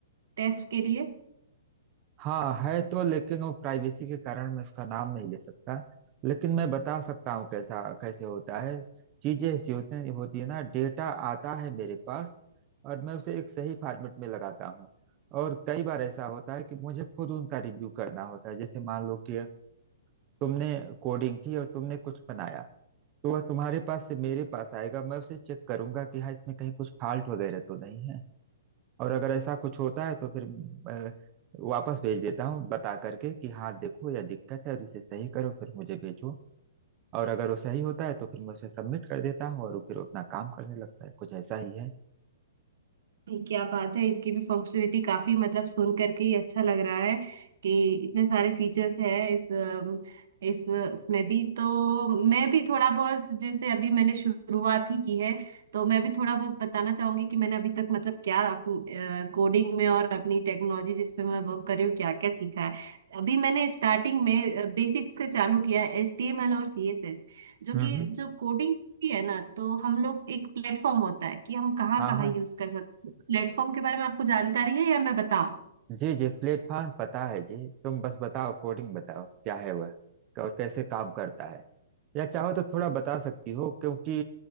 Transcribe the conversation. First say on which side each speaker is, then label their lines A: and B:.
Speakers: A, on the right; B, on the right.
A: टेस्ट के लिए
B: हाँ है तो लेकिन वो प्राइवेसी के कारण मैं उसका नाम नहीं ले सकता लेकिन मैं बता सकता हूँ कैसा कैसे होता है चीजें ऐसी होती हैं- होती है ना डेटा आता है मेरे पास और मैं उसे एक सही फॉर्मेट में लगाता हूँ और कई बार ऐसा होता है कि मुझे खुद उनका रिव्यू करना होता है जैसे मान लो कि तुमने कोडिंग की और तुमने कुछ बनाया तो वह तुम्हारे पास से मेरे पास आएगा मैं उसे चेक करूंगा कि हाँ इसमें कहीं कुछ फॉल्ट वगैरह तो नहीं है और अगर ऐसा कुछ होता है तो फिर अ, वापस भेज देता हूँ बता करके कि हाँ देखो यह दिक्कत है और इसे सही करो फिर मुझे भेजो और अगर वो सही होता है तो फिर मैं उसे सबमिट कर देता हूँ और वो फिर अपना काम करने लगता है कुछ ऐसा ही है
A: ये क्या बात है इसकी भी फंक्शनलिटी काफी मतलब सुन करके ही अच्छा लग रहा है कि इतने सारे फीचर्स हैं इस अम, इस इसमें भी तो मैं भी थोड़ा बहुत जैसे अभी मैंने शुरुआत ही की है तो मैं भी थोड़ा बहुत बताना चाहूंगी कि मैंने अभी तक मतलब क्या कोडिंग में और अपनी टेक्नोलॉजी जिस पे मैं वर्क कर रही हूँ क्या क्या सीखा है अभी मैंने स्टार्टिंग में बेसिक से चालू किया है एचटीएमएल और सीएसएस जो
B: हम्म
A: कि
B: हम्म
A: जो कोडिंग होती है ना तो हम लोग एक प्लेटफॉर्म होता है कि हम कहाँ
B: हाँ
A: कहाँ
B: हाँ
A: यूज कर सकते प्लेटफॉर्म के बारे में आपको जानकारी है या मैं बताऊं
B: जी जी प्लेटफॉर्म पता है जी तुम बस बताओ कोडिंग बताओ क्या है वह क- और कैसे काम करता है या चाहो तो थोड़ा बता सकती हो क्योंकि